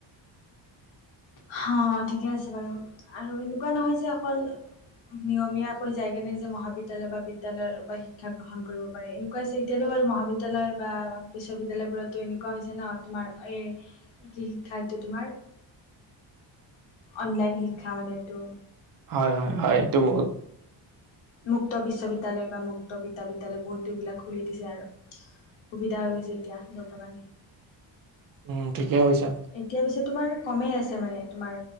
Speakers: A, on the left; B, on the right.
A: হ ঠিকে আছে বাৰু আৰু এনেকুৱা নহয় যে অকল নিয়মীয়াকৈ যায় কেনে যে মহাবিদ্যালয় বা বিদ্যালয়ৰ বা শিক্ষা গ্ৰহণ কৰিব পাৰে এনেকুৱা আছে এতিয়াতো মহাবিদ্যালয় বা বিশ্ববিদ্যালয়বোৰতো এনেকুৱা হৈছে ন তোমাৰ এই কি শিক্ষা টো তোমাৰ অনলাইন শিক্ষা মানে এইটো
B: হয় হয় হয় এইটো বহুত
A: মুক্ত বিশ্ববিদ্যালয় বা মুক্ত বিদ্যা বিদ্যালয় বহুতো বিলাক খুলি দিছে আৰু সুবিধা হৈছে এতিয়া বৰ্তমান
B: উম ঠিকে কৈছা
A: এতিয়া পিছে তোমাৰ কমেই আছে মানে তোমাৰ